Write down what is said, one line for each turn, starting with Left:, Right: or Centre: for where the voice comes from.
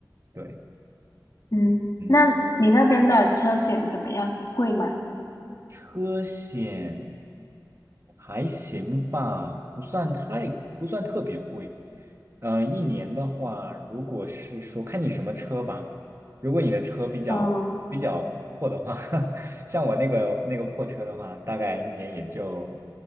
Right: 对，
Left: 嗯，
Right: 嗯。
Left: 那你那边的车险怎么样？贵吗？
Right: 车险还行吧，不算太不算特别贵。嗯、一年的话，如果是说看你什么车吧，如果你的车比较比较破的话，
Left: 嗯，
Right: <laughs> 像我那个那个破车的话，大概一年也就，